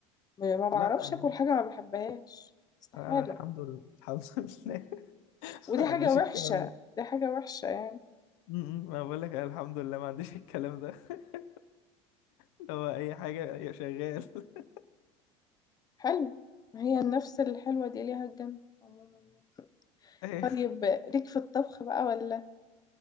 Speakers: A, on the left (about 25°); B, on the left (about 70°).
A: ما ما بعرفش
B: لا لا يا عم.
A: اكل حاجه ما بحبهاش استحاله
B: انا الحمد لله <laughs> الحمد لله <laughs>
A: ودي
B: ما
A: حاجه
B: عنديش
A: وحشه
B: الكلام ده
A: دي حاجه وحشه يعني
B: م- م. ما بقول لك أنا الحمد لله ما عنديش الكلام ده <laughs> اللي هو اي حاجه أي شغال <laughs>
A: حلو ما هي النفس الحلوه دي ليها الجنه عموما يعني
B: اي
A: طيب ليك في الطبخ بقى ولا